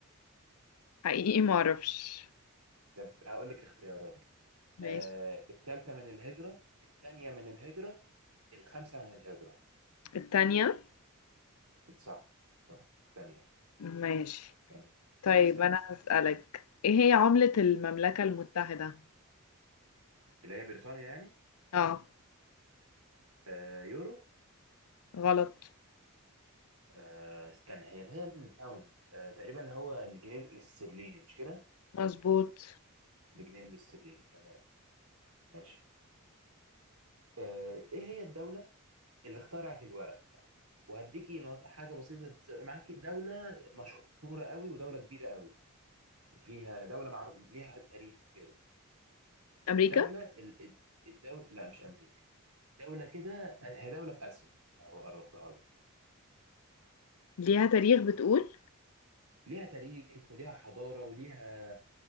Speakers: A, on the left (about 75°); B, on the right (about 80°).
A: حقيقي معرفش
B: طب هقول لك اختيارات
A: ماشي
B: آه، التالتة من الهجرة التانية من الهجرة الخامسة من الهجرة
A: التانية
B: صح صح التانية
A: ماشي
B: تمام
A: طيب
B: اسألي
A: أنا هسألك إيه هي عملة المملكة المتحدة؟
B: اللي هي بريطانيا يعني
A: آه
B: آه، يورو
A: غلط
B: آه، استنى هي اللي هي الباوند آه، تقريبا اللي هو الجنيه الاسترليني مش كده؟
A: مظبوط
B: الجنيه الاسترليني تمام ماشي آه، ايه هي الدولة اللي اخترعت الورق؟ وهديكي ن- حاجه بسيطه تز- معاكي دوله مشهوره قوي ودوله كبيره قوي وفيها دوله معروف ليها تاريخ وكده
A: أمريكا
B: دوله ال... الدوله لا مش امريكا دوله كده هي دوله في اسيا او قربتها لك
A: ليها تاريخ بتقول
B: ليها تاريخ وليها حضاره وليها